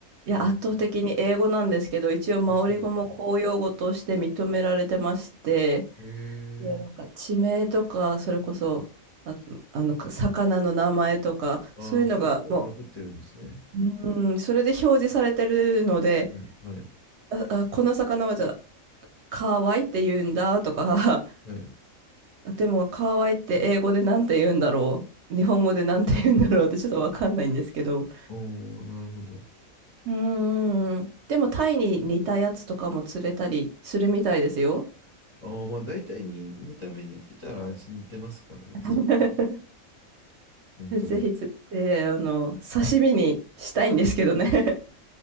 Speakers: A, on the right; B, on the left.
A: いや、
B: にじゅう
A: 圧倒的に英語なんですけど、一応マオリ語も公用語として認められてまして、
B: あ、そうですよね。へえ。
A: もうなんか地名とか、それこそ、あ、あの、魚の名前とか、
B: ああ、
A: そういうのが、
B: そういうところに残ってるんですね。
A: もう、うん、それで表示されてるので、
B: はい、はい、
A: あ、あ、この魚はじゃあ、カワイって言うんだとか、<laughs>
B: はい。
A: あでもカワイって英語でなんて言うんだろう、日本語でなんて言うんだろうってちょっとわかんないんですけど。
B: おー、なるほど。
A: うんでもタイに似たやつとかも釣れたりするみたいですよ。
B: ああ、まあ大体に見た目似てたら味似てますからね、
A: <laughs>
B: 魚。本当に。
A: ぜひ釣って、あの、刺身にしたいんですけどね。<laughs>